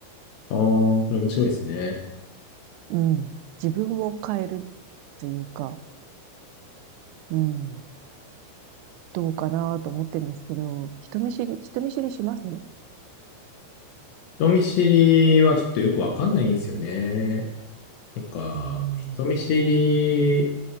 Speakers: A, on the left; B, on the right.
A: ああ、それ面白いですね。
B: うん。自分を変えるというか、うん。どうかなと思ってるんですけど、人見知り、人見知りします
A: 人見知りはちょっとよくわかんないんですよね。なんか、
B: うん。
A: 人見知り